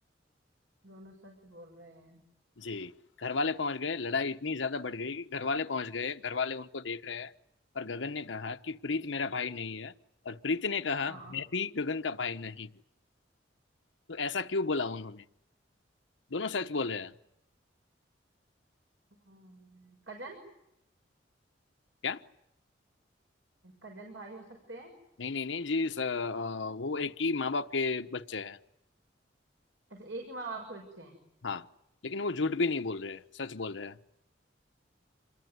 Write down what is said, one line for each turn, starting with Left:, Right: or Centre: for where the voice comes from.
Right: दोनों सच बोल रहे हैं
Left: जी घर वाले पहुंच गए लड़ाई इतनी ज्यादा बढ़ गई कि घर वाले पहुंच गए घर वाले उनको देख रहे हैं और गगन ने कहा कि प्रीत मेरा भाई नहीं है और प्रीत ने कहा
Right: हाँ
Left: मैं भी गगन का भाई नहीं हूँ तो ऐसा क्यों बोला उन्होंने दोनों सच बोल रहे हैं
Right: हम्म, कजन
Left: क्या
Right: कजन भाई हो सकते हैं
Left: नहीं नहीं नहीं जी सर अ, वो एक ही माँ बाप के बच्चे हैं
Right: अच्छा एक ही माँ बाप के बच्चे हैं
Left: हाँ लेकिन वो झूठ भी नहीं बोल रहे हैं सच बोल रहे हैं